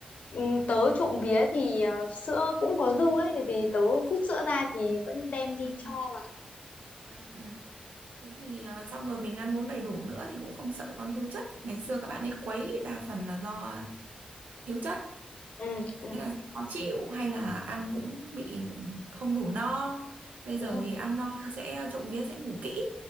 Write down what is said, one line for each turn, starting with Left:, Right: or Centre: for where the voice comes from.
Left: Ừ, tớ trộm vía thì à, sữa cũng có dư ấy vì tớ hút sữa ra thì vẫn đem đi
Right: Ừ.
Left: cho mà
Right: Ừ. ừ. Thế thì à, xong rồi mình ăn uống đầy đủ nữa thì cũng không sợ con thiếu chất. Ngày xưa các bạn ấy quấy đa phần là do thiếu chất,
Left: ừ ừ.
Right: thế là khó chịu hay là ăn cũng bị không đủ no. Bây
Left: đúng
Right: giờ
Left: rồi
Right: thì ăn no sẽ trộm vía sẽ ngủ kỹ.